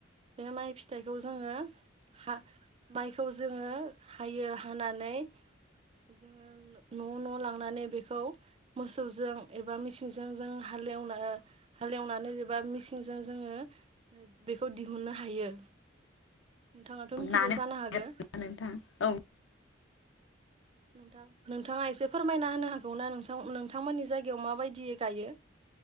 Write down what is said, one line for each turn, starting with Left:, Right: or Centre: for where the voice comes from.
Right: बे माइ फिथाइखौ जोङो हा। माइखौ जोङो हायो हानानै जोङो न' न' लांनानै बेखौ मोसौजों एबा मिसिंजों जों हालेवना हालेवनानै एबा मिसिंजों जोङो बेखौ दिहुननो हायो। नोंथाङाथ' मिथिगौ।
Left: लानो
Right: जानो
Left: नोंथां
Right: हागो
Left: औ।
Right: नोंथां नोंथाङा एसे फोरमायना होनो हागौ ना? नोंसा नोंथांमोननि जायगायाव माबायदि गायो?